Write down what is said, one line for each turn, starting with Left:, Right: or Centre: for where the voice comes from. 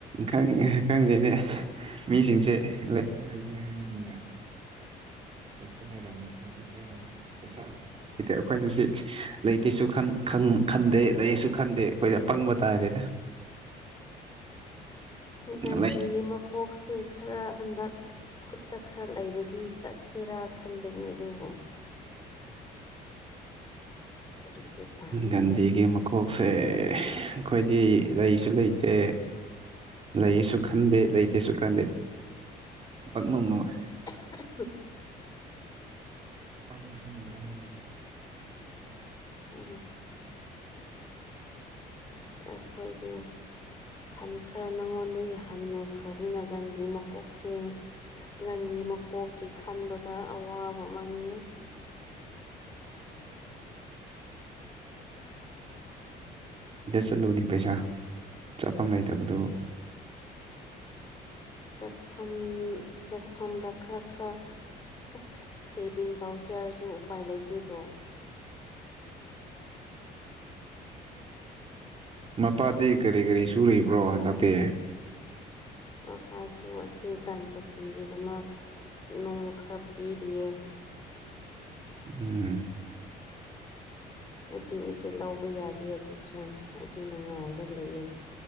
Right: ꯈꯪꯉꯦ ꯈꯪꯗꯦꯅꯦ ꯃꯤꯁꯤꯡꯁꯦ ꯂꯩꯇꯦ ꯂꯩꯇꯦ ꯍꯥꯏꯕꯁꯤꯡꯅ ꯌꯦꯛꯇ ꯂꯩꯔꯝꯃꯦꯛꯇ ꯄꯔꯝꯃꯦ ꯀꯩ ꯍꯥꯏꯗꯤ ꯑꯩꯈꯣꯏꯅ ꯁꯤ ꯂꯩꯇꯦꯁꯨ ꯈꯟꯗꯦ ꯂꯩꯁꯨ ꯈꯟꯗꯦ ꯑꯩꯈꯣꯏꯗ ꯄꯪꯕ ꯇꯥꯔꯦꯗ
Left: ꯥꯒꯟꯙꯤꯒꯤ
Right: ꯂꯩꯗ
Left: ꯃꯀꯣꯛꯁꯦ ꯈꯔ ꯍꯟꯗꯛ ꯈꯨꯠꯇ ꯈꯔ ꯂꯩꯔꯗꯤ ꯆꯠꯁꯤꯔꯥ ꯈꯟꯕꯅꯤ ꯑꯗꯨꯕꯨ <inaudible> ꯀꯔꯤꯗꯤ ꯎꯄꯥꯏ
Right: ꯒꯥꯟꯙꯤꯒꯤ ꯃꯀꯣꯛꯁꯦ ꯑꯩꯈꯣꯏꯗꯤ ꯂꯩꯁꯨ ꯂꯩꯇꯦ ꯂꯩꯁꯨ ꯈꯟꯗꯦ ꯂꯩꯇꯦꯁꯨ ꯈꯟꯗꯦ ꯄꯥꯛꯅꯨꯡ ꯅꯨꯡꯉꯥꯏꯌꯦ
Left: <inaudible>
Right: ꯄꯪꯕꯁꯨ ꯅꯨꯡꯉꯥꯏ ꯍꯥꯏ
Left: ꯎꯝ ꯑꯁ ꯑꯩꯈꯣꯏꯗꯤ ꯍꯟ ꯈꯔ ꯅꯪꯉꯣꯟꯗꯒꯤ ꯍꯟꯅꯨ ꯈ꯭ꯔꯕꯅꯤꯅ ꯒꯟꯗꯤ ꯃꯀꯣꯛꯁꯦ ꯒꯟꯙꯤ ꯃꯀꯣꯛꯀꯤ ꯈꯟꯕꯗ ꯑꯋꯥꯕ ꯑꯃꯅꯤ
Right: ꯏꯗ ꯆꯠꯂꯨꯅꯤ ꯄꯩꯁꯥ ꯆꯠꯐꯝ ꯂꯩꯇꯕꯗꯨ
Left: ꯆꯠꯐꯝ ꯆꯠꯐꯝꯗ ꯈꯔ ꯈꯔ ꯑꯁ ꯁꯦꯚꯤꯡ ꯇꯧꯁꯦ ꯍꯥꯏꯔꯁꯨ ꯎꯄꯥꯏ ꯂꯩꯇꯦꯗꯣ <inaudible>
Right: ꯃꯄꯥꯗꯤ ꯀꯔꯤ ꯀꯔꯤ ꯁꯨꯔꯤꯕ꯭ꯔꯣ ꯍꯟꯗꯛꯇꯤ
Left: ꯃꯄꯥꯁꯨ ꯑꯁꯤ ꯒꯟꯄꯇꯤꯒꯤꯗꯃꯛ ꯅꯣꯡ ꯈꯔ ꯄꯤꯔꯤꯌꯦ
Right: ꯎꯝ
Left: ꯃꯆꯦꯠ ꯃꯆꯦꯠ ꯂꯧꯕ ꯌꯥꯗꯦ ꯑꯗꯨꯁꯨ ꯑꯗꯨꯅ ꯉꯥꯏꯔ ꯂꯩꯌꯦ